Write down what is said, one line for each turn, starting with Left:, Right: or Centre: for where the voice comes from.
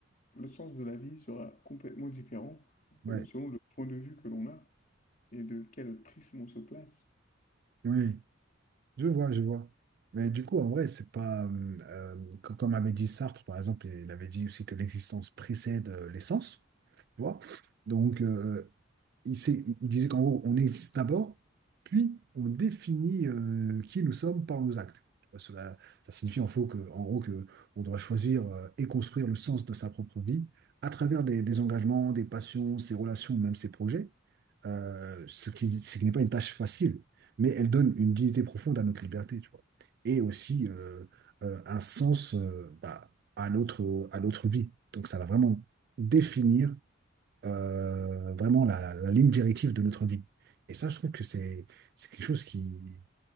Left: le sens de la vie sera complètement différent
Right: ouais,
Left: euh, selon le point de vue que l'on a et de quel prisme on se place.
Right: ouais. Je vois, je vois. Mais du coup, en vrai, c'est pas. euh, euh, co- comme avait dit Sartre, par exemple, il avait dit aussi que l'existence précède euh, l'essence. Tu vois? Donc, euh, il, s'est- il- disait qu'en gros, on existe d'abord, puis on définit euh, qui nous sommes par nos actes. Tu vois, cela, ça signifie en, faux que, en gros que on doit choisir euh, et construire le sens de sa propre vie à travers des, des engagements, des passions, ses relations, même ses projets, Euh, ce qui, ce qui n'est pas une tâche facile, mais elle donne une dignité profonde à notre liberté, tu vois, et aussi euh, euh, un sens euh, bah, à notre, à notre vie. Donc ça va vraiment définir euh, vraiment la, la- la ligne directive de notre vie. Et ça, je trouve que c'est c'est quelque chose qui,